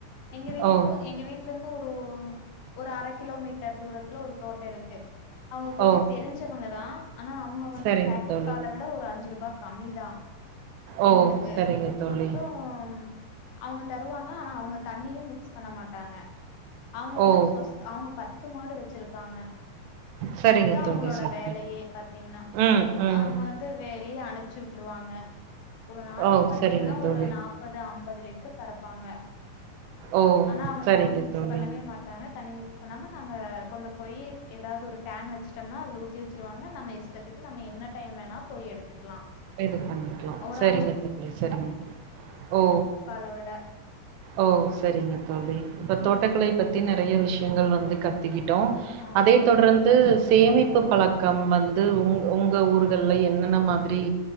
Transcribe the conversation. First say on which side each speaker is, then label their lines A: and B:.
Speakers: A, on the left; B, on the right.
A: எங்க வீட்டுக்கு
B: ஓ
A: எங்க வீட்லந்து ஒரு ஹ ஒரு அர கிலோ மீட்ட தூரத்துல ஒரு தோட்ட இருக்கு அவுங்க கொஞ்ச
B: ஓ
A: தெரிஞ்சவங்கதா அனா அவுங்க வந்து
B: சரிங்க
A: பாக்கெட்
B: தோழி.
A: பால விட ஒரு அஞ்சுருபா கம்மிதா
B: ஓ
A: எங்களுக்கு
B: சரிங்க தோழி.
A: அப்றம் அவங்க தருவாங்க ஆனா அவங்க தண்ணியு மிக்ஸ் பண்ண மாட்டாங்க அவங்க வந்து
B: ஓ
A: சொஸ்த் அவங்க பத்து மாடு வச்சிருக்காங்க
B: சரிங்க
A: அதுதான்
B: தோழி
A: அவங்களோட
B: சரிங்க
A: வேலையே பாத்தீங்கன்னா
B: ம் ம்
A: அவங்க வந்து வேலையே அனுப்ச்சிட்டுருவாங்க ஒரு நாளைக்கு
B: ஓ
A: பாத்தீங்கன்னா
B: சரிங்க தோழி
A: ஒரு நாப்பது அம்பது பதிலே ற்று கறப்பாங்க
B: ஓ
A: ஆனா அவங்க
B: சரிங்க
A: தண்ணி மிக்ஸ்
B: தோழி
A: பண்ணவே மாட்டாங்க தண்ணி மிக்ஸ் பன்னாம நாங்க கொண்டு போய் ஏதாவது ஒரு கேன் வச்சுட்டோம்னா அதுல ஊத்தி வச்சுருவாங்க நம்ம இஷ்டத்துக்கு நம்ம என்ன டைம் வேணா போய் எடுத்துக்கலாம்.
B: இது பண்ணிக்கலா
A: ஒரு
B: சரிங்க
A: ரூ.
B: தோழி சரிங்க ஓ
A: தவிட
B: ஓ சரிங்க தோழி இப்ப
A: ம்.
B: தோட்டக்கலை பத்தி நெறைய விஷயங்கள் வந்து கத்துக்கிட்டு ட்டோ
A: ஆமா.
B: அதைத் தொடர்ந்து சேமிப்பு பழக்கம் வந்து உங் உங்க ஊர்கல்லா என்னென்ன மாரி